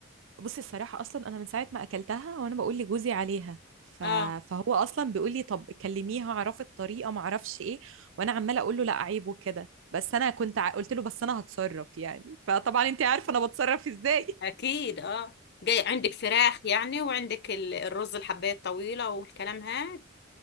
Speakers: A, on the right; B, on the left.
A: بُصّي الصراحة أصلًا أنا من ساعة ما أكلتها وأنا باقول لجوزي عليها، ف
B: اه
A: فهو أصلًا بيقول لي: "طب كلميها اعرفي الطريقة،" ما اعرفش إيه، وأنا عمّالة أقول له: "لأ عيب" وكده، بس أنا كنت ع قُلت له: "بس أنا هاتصرّف يعني." فطبعًا أنتِ عارفة أنا باتصرّف إزاي.
B: اكيد اه جاي عندك فراخ يعني وعندك ال- الرز الحبايه الطويله والكلام هاد